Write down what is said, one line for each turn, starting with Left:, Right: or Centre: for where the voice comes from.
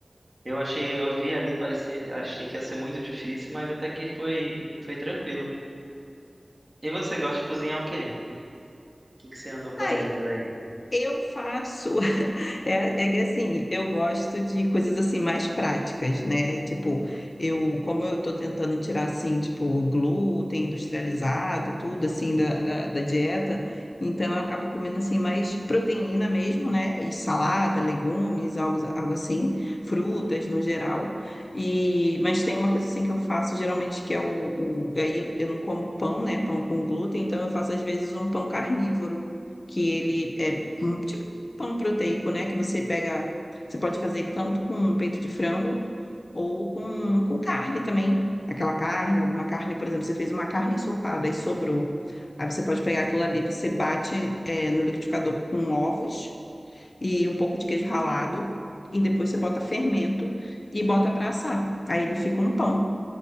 Right: Eu achei, eu vi ali, parecia, achei que ia ser muito difícil, mas até que foi, foi tranquilo. E você gosta de cozinhar o quê? O que que você andou fazendo
Left: Aí
Right: por aí?
Left: Eu faço, <laughs> é, é que assim, eu gosto de coisas assim mais práticas, né? Tipo, eu, como eu tô tentando tirar assim, tipo, o glúten industrializado, tudo assim da, da, da dieta, então eu acabo comendo assim mais proteína mesmo, né? E salada, legumes, algo, algo assim, frutas no geral. E, mas tem uma coisa assim que eu faço geralmente que é o, o aí eu, eu não como pão, né? Pão com glúten, então eu faço às vezes um pão carnívoro que ele é Hum, Tipo pão proteico, né? Que você pega. Você pode fazer ele tanto com peito de frango ou com, com carne também. Aquela carne, alguma carne, por exemplo, você fez uma carne ensopada e sobrou. Aí você pode pegar aquilo ali, você bate, é, no liquidificador com ovos e um pouco de queijo ralado. E depois você bota fermento e bota para assar. Aí ele fica um pão